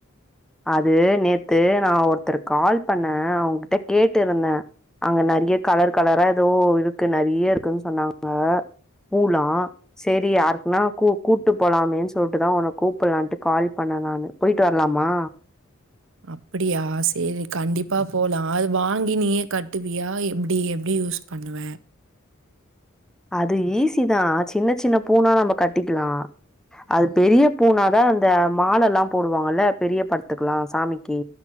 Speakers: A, in the centre; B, on the right (about 65°).
A: அது நேத்து நா ஒருத்தருக் கால் பண்ணே அவுங்கிட்ட கேட்டு இருந்த அங்க நெறய கலர் கலரா எதோ இருக்கு நெறய இருக்குன் சொன்னாங்க பூ லா சரி யாருக்குன்னா கூ கூட்டு போலாமேன்னு சொல்ட்டுதா உன்ன கூப்புட்லான்ட்டு கால் பண்ணே நானு போய்ட்டு வரலாமா
B: அப்டியா செரி கண்டிப்பா போலா அது வாங்கி நீயே கட்டுவியா எப்டி எப்டி யூஸ் பண்ணுவ
A: அது ஈஸிதா சின்ன சின்ன பூ னா நம்ம கட்டிக்லா அது பெரிய பூனாதா அந்த மாலெல்லா போடுவாங்கல்ல பெரிய படத்துக்லா சாமிக்கி